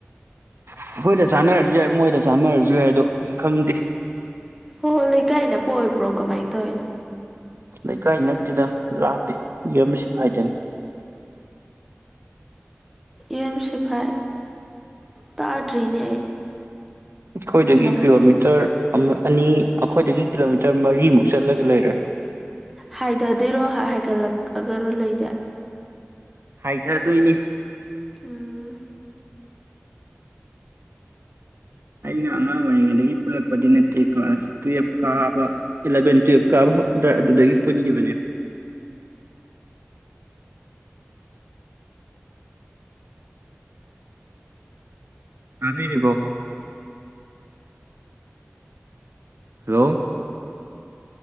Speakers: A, on the right (about 65°); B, in the centre.
A: ꯑꯩꯈꯣꯏꯗ ꯆꯥꯟꯅꯔꯖꯨ ꯌꯥꯏ ꯃꯣꯏꯗ ꯆꯥꯟꯅꯔꯖꯨ ꯌꯥꯏ ꯑꯗꯣ ꯈꯪꯗꯦ
B: ꯑꯣ ꯂꯩꯀꯥꯏ ꯅꯛꯄ ꯑꯣꯏꯕ꯭ꯔꯣ ꯀꯃꯥꯏ ꯇꯧꯔꯤꯅꯣ
A: ꯂꯩꯀꯥꯏ ꯅꯛꯇꯗ ꯂꯥꯞꯄꯦ ꯌꯨꯝꯁꯤ ꯐꯥꯏꯗꯅꯤ
B: ꯌꯨꯝ ꯁꯤꯐꯥꯏ ꯇꯥꯗ꯭ꯔꯤꯅꯦ ꯑꯩ
A: ꯑꯩꯈꯣꯏꯗꯒꯤ
B: ꯂꯝꯗꯣ
A: ꯀꯤꯂꯣꯃꯤꯇꯔ ꯑꯃ ꯑꯅꯤ ꯑꯩꯈꯣꯏꯗꯒꯤ ꯀꯤꯂꯣꯃꯤꯇꯔ ꯃꯔꯤꯃꯨꯛ ꯆꯠꯂꯒ ꯂꯩꯔꯦ
B: ꯍꯥꯏꯗꯗꯣꯏꯔꯣ ꯍꯥꯏꯒꯠꯂꯛꯑꯒꯔꯣ ꯂꯩꯖꯦ
A: ꯍꯥꯏꯗ ꯗꯣꯏꯅꯤ
B: ꯎꯝ
A: ꯑꯩꯒ ꯑꯉꯥꯡ ꯑꯣꯏꯔꯤꯉꯩꯗꯒꯤ ꯄꯨꯜꯂꯛꯄꯗꯤ ꯅꯠꯇꯦ ꯀ꯭ꯂꯥꯁ ꯇꯨꯌꯦꯜꯐꯀ ꯀꯥꯕꯥ ꯏꯂꯚꯦꯟ ꯇꯨꯌꯦꯜꯞ ꯀꯥꯕ ꯑꯗꯨꯗꯒꯤ ꯄꯨꯟꯈꯤꯕꯅꯦ ꯇꯥꯕꯤꯔꯤꯕꯣ ꯍꯜꯂꯣ